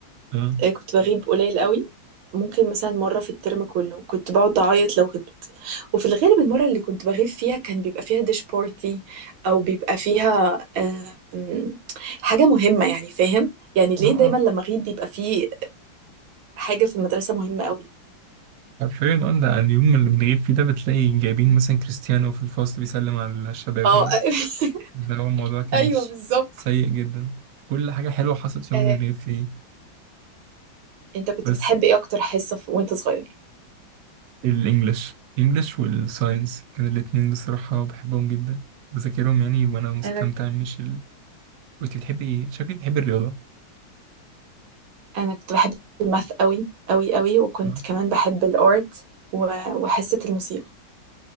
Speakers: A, on the right; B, on the right.
A: اه
B: آه، كنت بغيب قليل قوي ممكن مثلا مرة في الترم كله كنت بقعد أعيط لو غبت وفي الغالب المرة اللي كنت بغيب فيها كان بيبقى فيها ديش بارتي أو بيبقى فيها آم، حاجة مهمة يعني فاهم يعني ليه
A: اه آه.
B: دايما لما أغيب بيبقى فيه حاجة في المدرسة مهمة قوي
A: حرفيا اه لا اليوم اللي بنغيب فيه ده بتلاقي جايبين مثلا كريستيانو في الفصل بيسلم على الشباب
B: اه
A: يعني
B: <laughs>
A: لا هو الموضوع كان
B: ايوه
A: <laughs>
B: بالظبط
A: سيء جدا كل حاجة حلوة حصلت في يوم
B: آه،
A: اللي بنغيب فيه
B: انت كنت
A: بس
B: بتحب ايه اكتر حصة في- وانت صغير
A: الانجليش الانجليش والساينس كان الاتنين بصراحة بحبهم جدا بذاكرهم يعني وانا مستمتع
B: انا
A: مش ال... كنت بتحبي ايه شكلك بتحبي الرياضة
B: انا كنت بحب الماث قوي قوي قوي وكنت
A: اه
B: كمان بحب الارت و- وحصة الموسيقى